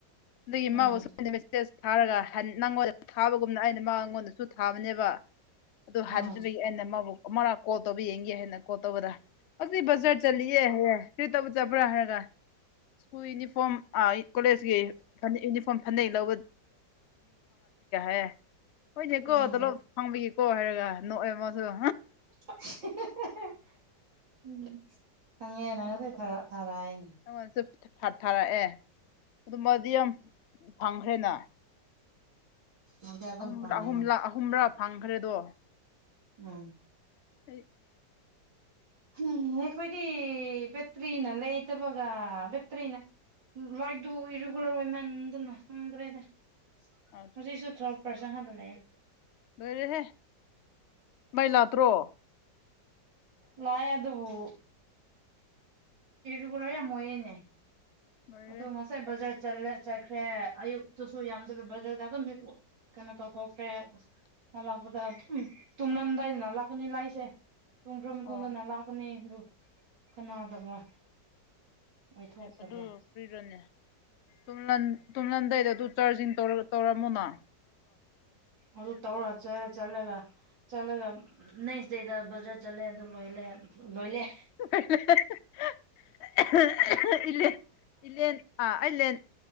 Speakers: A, on the left; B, on the right.
A: ꯑꯗꯒꯤ
B: ꯎꯝ
A: ꯃꯥꯕꯨ <unintelligible> ꯇꯦꯛꯁ ꯊꯥꯔꯒ ꯍꯟ ꯅꯪꯉꯣꯟꯗ ꯊꯥꯕꯒꯨꯝꯅ ꯑꯩꯅ ꯃꯉꯣꯟꯗꯁꯨ ꯊꯥꯕꯅꯦꯕ ꯑꯗꯨ
B: ꯎꯝ
A: ꯍꯟꯗꯕꯩ ꯑꯩꯅ ꯃꯥꯕꯨ ꯑꯃꯔꯛ ꯀꯣꯜ ꯇꯧꯕ ꯌꯦꯡꯒꯦ ꯍꯥꯏꯅ ꯀꯣꯜ ꯇꯧꯒꯗ꯭ꯔꯥ ꯍꯧꯖꯤꯛ ꯕꯖꯥꯔ ꯆꯠꯂꯤꯑꯦ ꯍꯥꯏꯌꯦ ꯀꯔꯤ ꯇꯧꯕ ꯆꯠꯄ꯭ꯔꯥ ꯍꯥꯏꯔꯒ ꯁ꯭ꯀꯨꯜ ꯌꯨꯅꯤꯐꯣꯔꯝ ꯑꯥ ꯀꯣꯂꯦꯖꯀꯤ ꯌꯨꯅꯤꯐꯣꯔꯝ ꯐꯅꯦꯛ ꯂꯧꯕ <unintelligible> ꯍꯣꯏꯅꯦꯀꯣ
B: ꯎꯝ
A: ꯇꯣꯂꯣꯞ ꯐꯪꯕꯒꯤꯀꯣ ꯍꯥꯏꯔꯒ ꯅꯣꯛꯑꯦꯃꯁꯨ
B: <unintelligible> ꯎꯝ ꯈꯪꯉꯦ ꯅꯪꯁꯦ <unintelligible>
A: ꯑꯩꯉꯣꯟꯁꯨ ꯊꯥ ꯊꯥꯔꯛꯑꯦ ꯑꯗꯨꯃꯗꯤ ꯌꯥꯝ ꯐꯪꯈ꯭ꯔꯦꯅ
B: ꯍꯧꯖꯤꯛ ꯑꯗꯨꯝ
A: ꯅꯣꯡꯃꯗ
B: ꯐꯪꯉꯦ
A: ꯑꯍꯨꯝꯂꯛ ꯑꯍꯨꯝꯔꯥ ꯐꯪꯈꯔꯦꯗꯣ
B: ꯎꯝ
A: <inaudible>
B: ꯁꯤꯔꯦ ꯑꯩꯈꯣꯏꯗꯤ ꯕꯦꯇ꯭ꯔꯤꯅ ꯂꯩꯇꯕꯒ ꯕꯦꯇ꯭ꯔꯤꯅ <unintelligible>
A: ꯑꯁ
B: ꯍꯧꯖꯤꯁꯨ ꯊꯔꯕ ꯄꯔꯁꯦꯟ ꯍꯥꯞꯂ ꯂꯩ
A: ꯂꯣꯏꯔꯦꯍꯦ ꯃꯩ ꯂꯥꯛꯇ꯭ꯔꯣ
B: ꯂꯌꯦ ꯑꯗꯨꯕꯨ ꯑꯤꯔꯤꯒꯨꯂ꯭ꯔ ꯌꯥꯝ ꯑꯣꯏꯌꯦꯅꯦ
A: ꯂꯣꯏꯔꯦ
B: ꯑꯗꯣ ꯉꯁꯥꯏ ꯕꯖꯥꯔ ꯆꯂꯦ ꯆꯠꯈ꯭ꯔꯦ ꯑꯌꯨꯛꯇꯁꯨ ꯌꯥꯝꯗꯕ ꯕꯖꯥꯔꯗ ꯑꯗꯨꯝ ꯀꯩꯅꯣ ꯇꯧꯊꯣꯛꯈ꯭ꯔꯦ ꯂꯥꯛꯄꯗ ꯑꯗꯨꯝ ꯇꯨꯝꯅꯝꯗꯥꯏꯗꯅ ꯂꯥꯛꯀꯅꯤ ꯂꯥꯏꯁꯦ ꯇꯨꯝꯈꯔ ꯃꯇꯨꯡꯗꯅ
A: ꯑꯣ
B: ꯂꯥꯛꯀꯅꯤ ꯑꯗꯨ ꯀꯅꯥꯗꯕ ꯑꯣꯏꯊꯣꯛꯇꯕ
A: ꯑꯗꯨ ꯀꯏꯔꯅꯤ ꯇ ꯇꯨꯝꯂꯟꯗꯥꯩꯗ ꯑꯗꯨ ꯆꯥꯔꯖꯤꯡ ꯇꯧꯔ ꯇꯔꯃꯨꯅ
B: ꯑꯗꯨ ꯇꯧꯔ ꯆꯠ ꯆꯠꯂꯒ ꯆꯠꯂꯒ ꯅꯦꯛꯁ ꯗꯦꯗ ꯕꯖꯥꯔ ꯆꯠꯂꯦ ꯑꯗꯨ ꯂꯣꯏꯜꯂꯦ ꯂꯣꯏꯜꯂꯦ
A: <unintelligible> ꯑꯥ ꯑꯩ